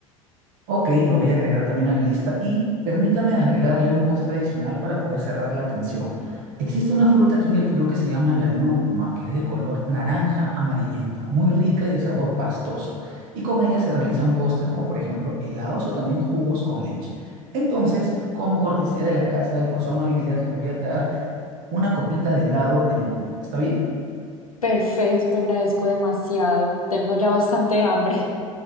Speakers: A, on the right; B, on the left.
A: Ok, lo voy a agregar también a la lista y permítame agregarle un postre adicional para poder cerrar la tensión. Existe una fruta aquí en el Perú que se llama la lúcuma, que es de color naranja amarillenta, muy rica y de sabor pastoso. Y con ella se realizan postres como por ejemplo helados o también jugos con leche. Entonces, como cortesía de la casa y por su amabilidad, le voy a dar una copita de helado de lúcuma. ¿Está bien?
B: Perfecto, te agradezco demasiado. Tengo ya bastante hambre.